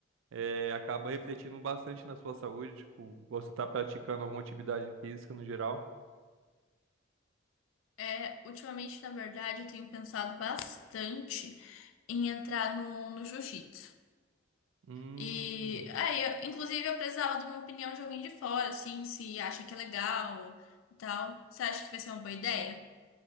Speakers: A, on the right; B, on the left.
A: é, acaba refletindo bastante na sua saúde, tipo, você tá praticando alguma atividade física no geral.
B: É, ultimamente, na verdade, eu tenho pensado bastante em entrar no, no jiu-jitsu.
A: Hum,
B: E aí, eu- inclusive, eu precisava de uma opinião de alguém de fora, assim, se acha que é legal e tal. Você acha que vai ser uma boa ideia?